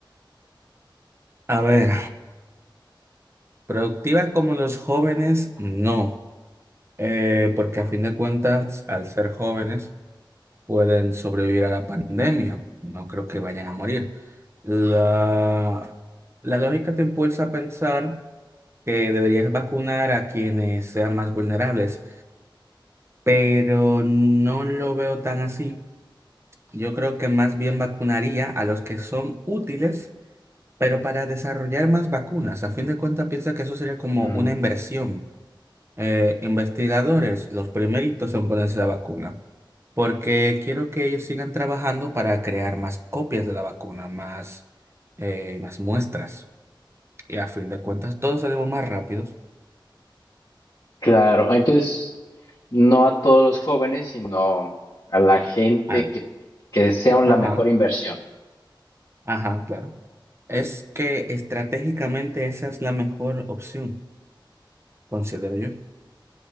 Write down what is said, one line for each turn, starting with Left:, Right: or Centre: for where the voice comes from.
Right: A ver, productivas como los jóvenes, no, Eh, porque a fin de cuentas, al ser jóvenes, pueden sobrevivir a la pandemia. No creo que vayan a morir. La, la lógica te impulsa a pensar que deberías vacunar a quienes sean más vulnerables. pero no lo veo tan así. Yo creo que más bien vacunaría a los que son útiles, pero para desarrollar más vacunas. A fin de cuentas, piensa que eso sería como
Left: Mm,
Right: una inversión. Eh, investigadores, los primeritos en ponerse la vacuna, porque quiero que ellos sigan trabajando para crear más copias de la vacuna, más, eh, más muestras. Y a fin de cuentas, todos salimos más rápidos.
Left: Claro, entonces no a todos los jóvenes, sino a la gente
Right: Ah,
Left: que, que sea la
Right: Ajá,
Left: mejor inversión.
Right: ajá, claro. Es que estratégicamente esa es la mejor opción, considero yo.